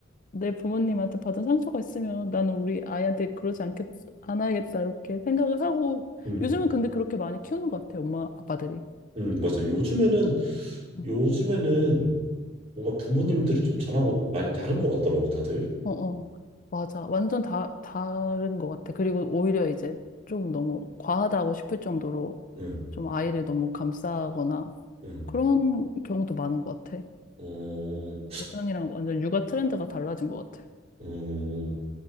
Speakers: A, on the left (about 45°); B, on the right (about 30°).
A: 내 부모님한테 받은 상처가 있으면 나는 우리 아이한테 그러지 않겠, 않아야겠다. 이렇게 생각을 하고.
B: 음,
A: 요즘은 근데 그렇게 많이 키우는 것 같아. 엄마, 아빠들이.
B: 음, 맞아. 요즘에는
A: 음.
B: 요즘에는 뭔가 부모님들이 좀 전하고 많이 다른 것 같더라고 다들.
A: 어, 어. 맞아. 완전 다, 다른 것 같아. 그리고 오히려 이제 좀 너무 과하다고 싶을 정도로
B: 음,
A: 좀 아이를 너무 감싸거나
B: 음,
A: 그런 경우도 많은 것 같아.
B: 어,
A: 예전이랑 완전 육아 트렌드가 달라진 것 같아.
B: 음,